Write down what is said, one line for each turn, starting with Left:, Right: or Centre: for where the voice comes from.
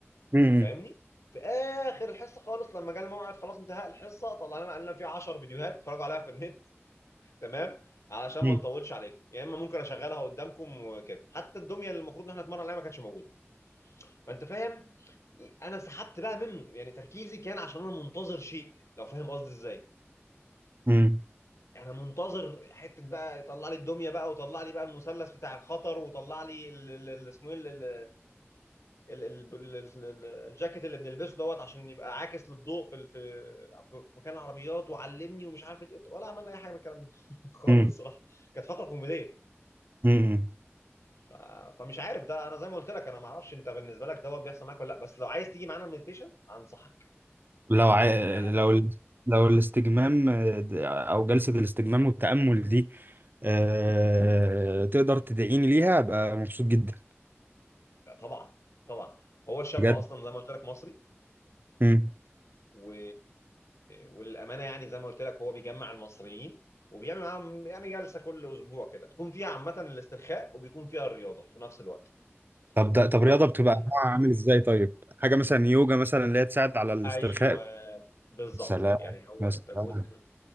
Right: مم.
Left: فاهمني في اخر الحصه خالص لما جه الموعد خلاص انتهى الحصه طلعنا قال لنا في 10 فيديوهات اتفرجوا عليها في النت تمام علشان
Right: مم.
Left: ما نطولش عليكم يا اما ممكن اشغلها قدامكم وكده حتى الدميه اللي المفروض ان احنا نتمرن عليها ما كانتش موجوده فانت فاهم انا سحبت بقى منه يعني تركيزي كان عشان انا منتظر شيء لو فاهم قصدي ازاي
Right: مم.
Left: انا منتظر حته بقى يطلع لي الدميه بقى وطلع لي بقى المثلث بتاع الخطر وطلع لي ال- ال- ال- اسمه ايه ال- ال- ال- ال- ال- ال- الجاكيت اللي بنلبسه دوت عشان يبقى عاكس للضوء في ال- في في مكان العربيات وعلمني ومش عارف إيه، ولا عملنا اي حاجه من الكلام ده <laughs> خالص
Right: مم.
Left: الصراحه كانت فقره كوميديه
Right: مم.
Left: ف... فمش عارف ده انا زي ما قلت لك انا ما اعرفش انت بالنسبه لك دوت بيحصل معاك ولا لا بس لو عايز تيجي معانا المديتيشن انصحك
Right: لو ع...
Left: يعني
Right: لو ال... لو الاستجمام آه، د- او جلسة الاستجمام والتأمل دي آه... تقدر تدعيني ليها ابقى مبسوط جدا
Left: طبعا طبعا هو الشاب
Right: بجد
Left: اصلا زي ما قلت لك مصري
Right: مم.
Left: و... وللامانه يعني زي ما قلت لك هو بيجمع المصريين وبيعمل معاهم يعني جلسه كل اسبوع كده تكون فيها عامه الاسترخاء وبيكون فيها الرياضه في نفس الوقت
Right: طب ده طب
Left: فلو
Right: رياضة
Left: انت
Right: بتبقى نوعها
Left: حابب
Right: عامل ازاي طيب حاجة مثلا يوجا مثلا اللي هي تساعد على الاسترخاء
Left: ايوه بالظبط
Right: سلام
Left: يعني هو
Right: يا
Left: انت
Right: سلام
Left: جزء من